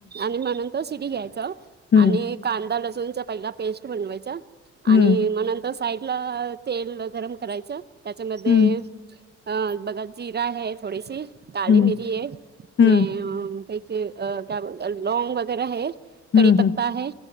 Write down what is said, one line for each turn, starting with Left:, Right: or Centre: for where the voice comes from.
Right: आणि म नंतर शिटी घ्यायचं
Left: हम्म.
Right: आणि कांदा लसूणच्या पहिला पेस्ट बनवायचा
Left: हं.
Right: आणि मग नंतर साईड ला तेल गरम करायचं त्याच्यामध्ये
Left: हं.
Right: अ बघा जिरा आहे थोडीशी काळी
Left: हं.
Right: मिरी आहे
Left: हं.
Right: न एक क्या बोल अह लोंग वगैरा है
Left: हं,
Right: कडी पत्ता
Left: हं.
Right: है